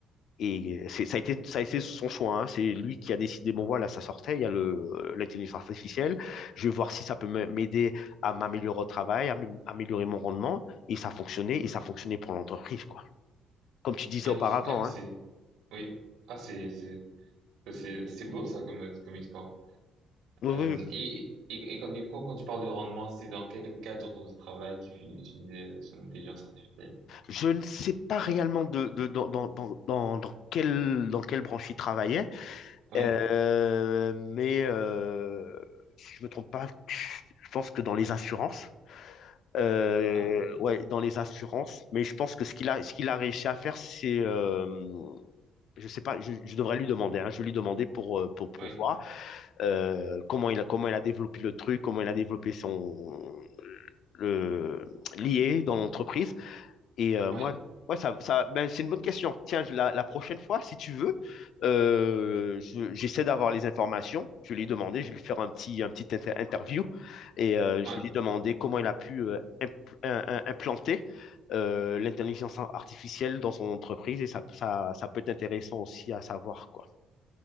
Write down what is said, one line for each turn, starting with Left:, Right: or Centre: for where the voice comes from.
Left: Et euh, c'est, ça a été, ça a été son choix. hein. C'est lui qui a décidé, bon voilà, ça sortait, il y a le, euh, l'intelligence artificielle. Je vais voir si ça peut m'aider à m'améliorer au travail, à m- améliorer mon rendement. Et ça fonctionnait, et ça fonctionnait pour l'entreprise, quoi. Comme tu disais
Right: Magnifique.
Left: auparavant,
Right: Ah, mais c'est,
Left: hein.
Right: oui. Ah, c'est, c'est, C'est, c'est beau ça comme, comme histoire.
Left: Oui, oui,
Right: Euh,
Left: oui.
Right: et, et, et quand, du coup, quand tu parles de rendement, c'est dans quel cadre de travail qu'il faut utiliser son intelligence artificielle?
Left: Je ne sais pas réellement de, de- dans, dans, dans, dans, dans quelle, dans quelle branche il travaillait,
Right: Oui,
Left: Euh, mais euh, si je me trompe pas, je pense que dans les assurances, euh,
Right: ah, ok,
Left: ouais, dans les assurances. Mais je pense que ce qu'il a, ce qu'il a réussi à faire, c'est, euh, je sais pas, je, je devrais lui demander. hein, je vais lui demander pour, euh, pour, pour
Right: oui,
Left: voir euh, comment il a, comment il a développé le truc, comment il a développé son le lié dans l'entreprise. Et euh, moi,
Right: oui,
Left: ouais, ça, ça, ben, c'est une bonne question. Tiens, je- la, la prochaine fois, si tu veux, euh, je- j'essaie d'avoir les informations. Je vais lui demander, je vais lui faire un petit, un petit inter- interview et euh,
Right: ouais,
Left: je vais lui demander comment il a pu euh, impl- un- un- implanter euh, l'intelligence artificielle dans son entreprise et ça, ça, ça peut être intéressant aussi à savoir, quoi.